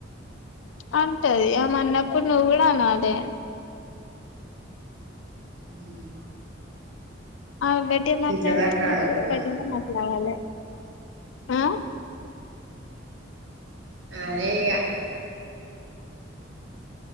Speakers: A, on the left; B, on the right.
A: అంతే అది ఏమన్నా అన్నప్పుడు నువ్వు కూడా అనాలి.
B: మ్
A: ఆ గట్టి గా మాట్లాడదు
B: టీచర్ దాకా ఆగుతావా
A: గట్టిగానే మాట్లాడాల ఆ
B: అదే ఇగ